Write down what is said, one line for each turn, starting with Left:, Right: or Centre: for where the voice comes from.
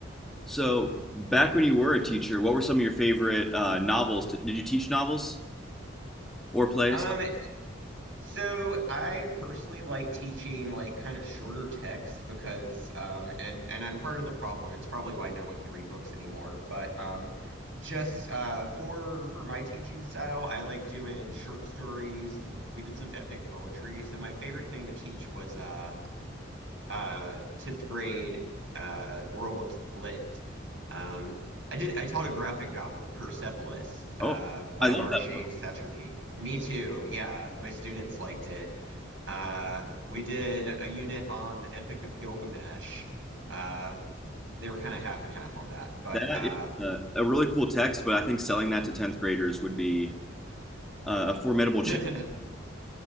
Centre: So, back when you were a teacher, what were some of your favorite uh, novels? Did you teach novels or plays?
Right: Um, So I personally like teaching like kind of shorter text because um and and I'm part of the problem. It's probably why no one can read books anymore. But um just uh for for my teaching style, I like doing short stories and we did some epic poetry. So my favorite thing to teach was uh uh, 10th grade Uh, world lit. Um, I did. I taught a graphic novel, Persepolis, uh,
Centre: Oh,
Right: by
Centre: I love
Right: Marjane
Centre: that book.
Right: Satrapi. Me too. Yeah, my students liked it. Uh, we did a unit on the Epic of Gilgamesh. Uh, they were kind of half and half on that, but
Centre: That
Right: uh,
Centre: is uh, a really cool text, but I think selling that to 10th graders would be uh, a formidable
Right: <laughs>
Centre: challenge.